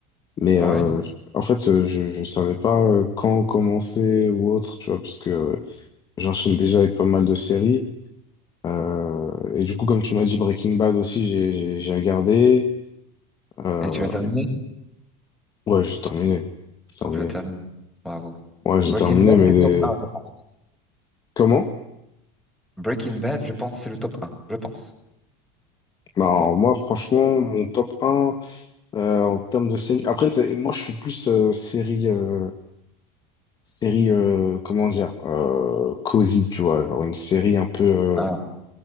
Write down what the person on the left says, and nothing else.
Mais
euh, en fait, euh, je ne savais pas euh, quand commencer ou autre, tu vois, parce que euh, j'enchaîne déjà avec pas mal de séries. Euh, et du coup, comme tu m'as dit, Breaking Bad aussi, j'ai j'ai- j'ai regardé. Euh,
ouais, j'ai terminé. J'ai terminé.
Ouais, j'ai
terminé,
mais
des-
comment?
Non,
moi, franchement, mon top un euh, en termes de série. Après, t'sais, moi, je suis plus euh, série. euh, série euh, comment dire euh, cosy tu vois genre une série un peu euh,